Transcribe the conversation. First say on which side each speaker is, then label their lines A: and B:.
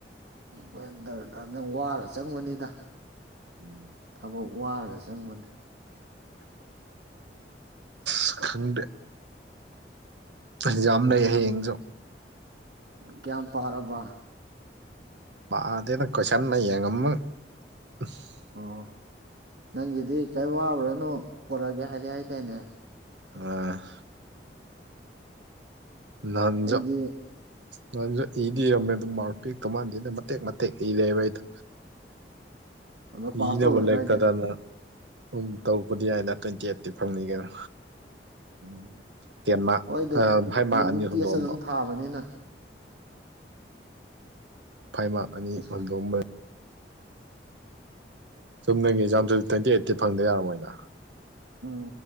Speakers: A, on the right (about 70°); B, on the right (about 85°).
A: ꯋꯦꯟꯇꯔꯗ ꯅ ꯅꯪ ꯋꯥꯔ ꯆꯪꯕꯅꯤꯗ
B: ꯎꯝ
A: ꯊꯕꯛ ꯋꯥꯔꯒ ꯆꯪꯕꯅꯤ
B: ꯁ ꯈꯪꯗꯦ ꯑꯦꯛꯖꯥꯝ
A: ꯅꯍꯥꯛ
B: ꯂꯩ ꯍꯌꯦꯡꯁꯨ꯫
A: ꯀꯌꯥꯝ ꯄꯥꯔꯕ꯫
B: ꯄꯗꯦꯗꯥ ꯀꯣꯏꯁꯟꯅ ꯌꯦꯡꯉꯝꯃ ꯫
A: ꯑꯣ ꯅꯪꯒꯤꯗꯤ ꯀꯔꯤꯝ ꯋꯥꯔꯨꯔꯅꯣ ꯄꯣꯔꯛꯑꯒꯦ ꯍꯥꯏꯔ ꯍꯥꯏꯗꯥꯏꯅꯦ꯫
B: ꯑ꯫ ꯂꯥꯟꯖ
A: ꯑꯩꯗꯤ
B: ꯅꯁꯨ ꯏꯗꯤ ꯏꯔꯝꯃꯦ ꯑꯗꯨꯝ ꯃꯥꯔꯛ ꯄꯤꯛꯇꯧ ꯃꯥꯟꯗꯦꯅ ꯃꯇꯦꯛ ꯃꯇꯦꯛ ꯏꯔꯦꯕ ꯑꯩꯗꯣ
A: ꯑꯗꯣ ꯄꯥꯁ
B: ꯏꯅꯕ
A: ꯇꯧꯔꯣꯏꯗ꯭ꯔꯥ
B: ꯂꯩꯔꯛꯀꯗꯅ
A: ꯍꯥꯏꯁꯦ
B: ꯁꯨꯝ ꯇꯧꯔꯛꯄꯗꯤ ꯍꯥꯏꯅ ꯇ꯭ꯋꯦꯟꯇꯤ ꯑꯩꯠꯇꯤ ꯐꯪꯅꯤ ꯀꯩꯅꯣ
A: ꯎꯝ
B: ꯇꯦꯟ ꯃꯥ
A: ꯍꯣꯏꯗꯤ
B: ꯐꯥꯏ ꯃꯥ
A: ꯌꯨꯅꯤꯠ
B: ꯑꯅꯤ ꯍꯨꯟꯗꯣꯛꯑꯝꯕꯥ
A: ꯇꯦꯁ ꯑꯗꯨꯝ ꯊꯥꯕꯅꯤꯅ
B: ꯐꯥꯏꯚ ꯃꯥꯔꯛ ꯑꯅꯤ
A: ꯑꯁ
B: ꯍꯨꯟꯗꯣꯛꯑꯝ ꯆꯨꯝꯅꯒꯤ ꯑꯦꯛꯖꯥꯝꯁꯨ
A: ꯑꯁ
B: ꯇ꯭ꯋꯦꯟꯇꯤ ꯑꯩꯠꯇꯤ ꯐꯪꯗ ꯌꯥꯔꯝꯃꯣꯏꯅ
A: ꯎꯝ